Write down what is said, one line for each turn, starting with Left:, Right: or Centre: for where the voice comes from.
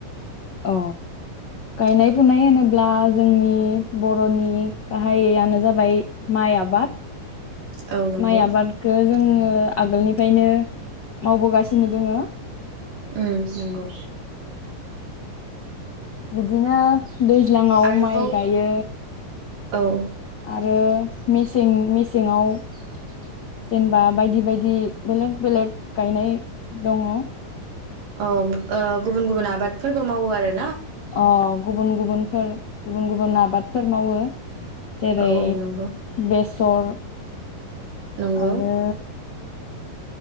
Left: अ गायनाय फुनाय होनोब्ला जोंनि बर'नि गाहाययानो जाबाय माइ आबाद
Right: औ नंगौ
Left: माइ आबादखो जोङो ओ आगोलनिफ्रायनो मावबोगासिनो दोङो
Right: उम नंगौ
Left: बिदि बिदिनो दैज्लाङाव
Right: आरोबाव
Left: माइ गायो
Right: औ
Left: आरो मेसें मेसेङाव जेनेबा बायदि बायदि बेलेग बेलेग गायनाय दङ
Right: औ ओ गुबुन गुबुन आबादफोरबो मावो आरो
Left: अ गुबुन गुबुनफोर गुबुन गुबुन आबाद फोर मावो जेरै
Right: औ नंगौ
Left: बेसर
Right: नंगौ
Left: आरो